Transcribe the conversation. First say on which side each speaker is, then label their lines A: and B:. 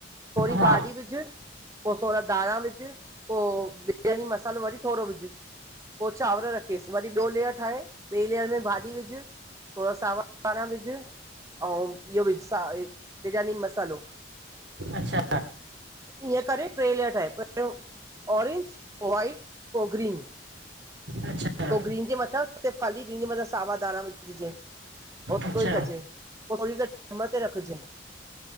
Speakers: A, on the right; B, on the right.
A: थोड़ी
B: हा
A: भाजी विझ, पो थोड़ा धाणा विझ। पो बिरयानी मसालो वरी थोड़ो विझ। पो चांवर रखिस, वरी ॿियो लेयर ठाहे, ॿिए लेयर में भाॼी विझु। थोड़ा सावा धाणा विझ। अंउ इयो विझ स बिरयानी मसालो।
B: अच्छा
A: ईअं करे ट्रै लेयर ठाहे, पहिरियों ऑरेंज, पो वाइट, पो ग्रीन।
B: अच्छा अच्छा
A: पोइ ग्रीन जे मथां सिर्फ ख़ाली ग्रीन जे मथां सावा धाणा् विझजे, ओतिरो
B: अच्छा
A: ई कजे। पो थोरी देर डम ते रखजनि,